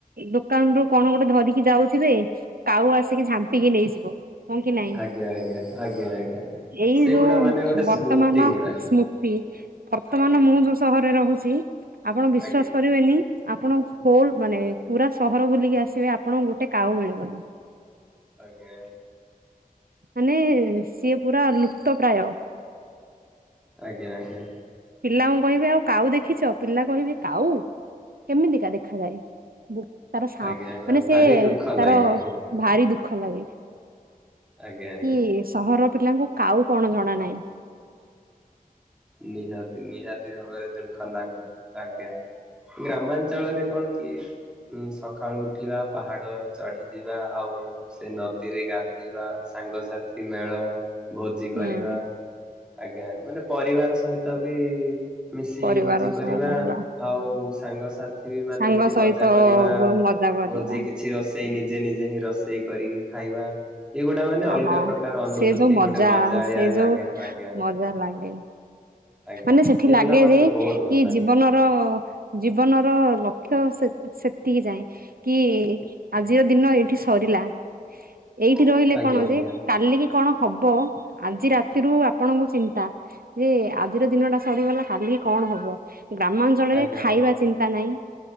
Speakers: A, on the right; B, in the centre.
A: ଦୋକାନରୁୁ କଣ ଗୋଟେ ଧରିକି ଯାଉ ଥିବେ କାଉ ଆସିକି ଝାମ୍ପିକି ନେଇଯିବ। ହଁ କି ନାଇଁ
B: ଆଜ୍ଞା ଆଜ୍ଞା ଆଜ୍ଞା ଆଜ୍ଞା।
A: ଏଇ
B: ସେଗୁଡା
A: ଯୋଉ
B: ମାନେ ଗୋଟେ
A: ବର୍ତ୍ତମାନ
B: ସ୍ମୃତି ଗୁଡା
A: ସ୍ମୃତି ବର୍ତ୍ତମାନ
B: ଆଜ୍ଞା
A: ମୁଁ ଯୋଉ ସହରରେ ରୋହୁ ଛି ଆପଣ ବିଶ୍ଵାସ
B: ଆଜ୍ଞା ଆଜ୍ଞା
A: କରିବେନି। ଆପଣ ହୋଲୋ ମାନେ ପୁରା ସହର ବୁଲିକି ଆସିବେ ଆପଣଙ୍କୁ ଗୋଟେ କାଉ ମିଳିବନି।
B: ଆଜ୍ଞା ଆଜ୍ଞା।
A: ମାନେ ସିଏ ପୁରା ଲୁପ୍ତ ପ୍ରାୟ।
B: ଆଜ୍ଞା ଆଜ୍ଞା।
A: ପିଲାଙ୍କୁ କହିବେ ଆଉ କାଉ ଦେଖିଛ ପିଲା କହିବେ କାଉ କେମିତିକା ଦେଖାଯାଏ। ତାର ସା
B: ଆଜ୍ଞା ଆଜ୍ଞା
A: ମାନେ ସିଏ
B: ଭାରି ଦୁଃଖ
A: ତାର
B: ଲାଗେ
A: ଭାରି ଦୁଃ ଖ ନାଗେ
B: ଆଜ୍ଞା ଆଜ୍ଞା।
A: କି ସହର ପିଲାଙ୍କୁ କାଉ କଣ ଜଣା ନାଇଁ।
B: ନିହାତି ନିହାତି ଭାବରେ ଦୁଃଖ ନାଗେ ଆଜ୍ଞା। ଗ୍ରାମାଞ୍ଚଳରେ କଣ କି ଉଁ ସଖାଳୁ ଉଠିବା ପାହାଡ ଚଢି ଯିବା ଆଉ ସେ ନଦୀରେ ଗାଧେଇବା। ସାଙ୍ଗସାଥି ମେଳ ଭୋଜି କରିବା
A: ହୁଁ
B: ଆଜ୍ଞା ମାନେ ପରିବାର ସହି ତ ବି ମିଶି
A: ପରିବାର
B: ଭୋଜି କରିବା
A: ସହ ରହିବା
B: ଆଉ ସାଙ୍ଗସା ଥି ବି ମାନେ
A: ସାଙ୍ଗ
B: ଏମିତି
A: ସହିତ
B: ମଜା କରିବା
A: ମଜା କରିବା
B: ଭୋଜି କିଛି ରୋଷେଇ ନି ଜେ ନିଜେ ହିଁ ରୋଷେଇ କରିକି ଖାଇବା। ଏଇ ଗୁଡା ମାନେ ଅଲଗା
A: ଆହା
B: ପ୍ରକାର ଅନୁଭୂତି
A: ସେ ଯୋଉ ମଜା
B: ଗୋଟେ ମଜାଳିଆ
A: ସେ
B: ଲାଗେ
A: ଯୋଉ
B: ଆଜ୍ଞା।
A: ମଜା ଲାଗେ
B: ଆଜ୍ଞା
A: ମାନେ
B: ଆଜ୍ଞା
A: ସେଠି
B: ସେଇଗୁଡା
A: ଲାଗେ
B: ମତେ
A: ଯେ
B: ବହୁତ
A: କି
B: ଭଲ ଲାଗେ
A: ଜୀବନର ଜୀ ବନର ଲକ୍ଷ୍ୟ ସେ ସେତିକି ଯାଏଁ କି ଆଜିର ଦିନ ଏଇଠି ସରିଲା।
B: <inaudible>
A: ଏଇଠି ରହିଲେ
B: ଆଜ୍ଞା
A: କଣ
B: ଆଜ୍ଞା
A: ଯେ କାଲ କି କଣ ହବ ଆଜି ରାତିରୁ ଆପଣଙ୍କୁ ଚିନ୍ତା ଯେ ଆଜିର ଦିନ ଟା ସରିଗଲା କାଲି କଣ ହବ ଗ୍ରାମାଞ୍ଚଳରେ
B: ଆଜ୍ଞା
A: ଖାଇବା
B: ଆଜ୍ଞା।
A: ଚିନ୍ତା ନାହିଁ